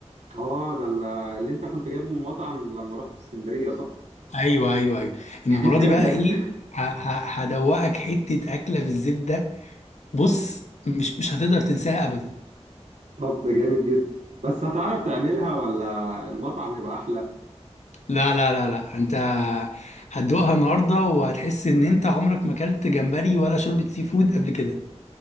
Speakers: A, on the right (about 85°); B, on the left (about 80°).
A: اه ده ال- اللي انت كنت جايبه من مطعم لما رحت اسكندرية صح؟
B: ايوه ايوه ايوه المره
A: <laughs>
B: دي بقى ايه ه- ه- هدوقك حته اكله بالزبده بص مش مش هتقدر تنساها ابدا
A: طب ده جامد جدا بس هتعرف تعملها ولا المطعم يبقى احلى
B: لا لا لا لا انت هتدوقها النهارده وهتحس ان انت عمرك ما اكلت جمبري ولا شوربه سي فود قبل كده